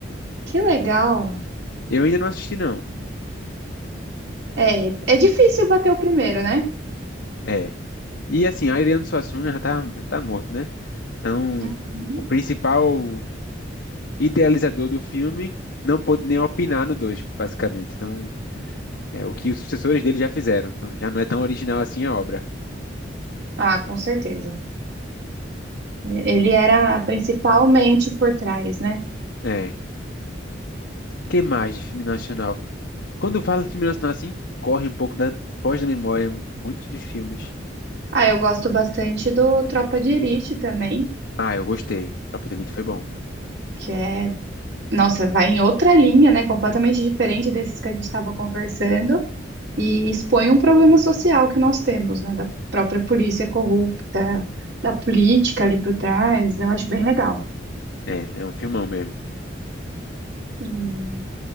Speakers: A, on the right (about 65°); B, on the left (about 65°).
A: Que legal.
B: Eu ainda não assisti, não.
A: É, é difícil bater o primeiro, né?
B: É. E assim, Ariano Suassuna já tá, tá morto, né? Então,
A: Uhum.
B: o principal idealizador do filme não pôde nem opinar no dois, basicamente. Então, é o que os sucessores dele já fizeram. Então, já não é tão original assim a obra.
A: Ah, com certeza. Ele era principalmente por trás, né?
B: É. Que mais de filme nacional? Quando eu falo de filme nacional, assim, corre um pouco da, foge da memória muitos dos filmes.
A: Ah, eu gosto bastante do Tropa de Elite também,
B: Ah, eu gostei. Tropa de Elite foi bom.
A: que é Nossa, vai em outra linha, né? Completamente diferente desses que a gente estava conversando e expõe um problema social que nós temos, né? Da própria polícia corrupta, da política ali por trás. Eu acho bem legal.
B: É, é um filmão mesmo.
A: E,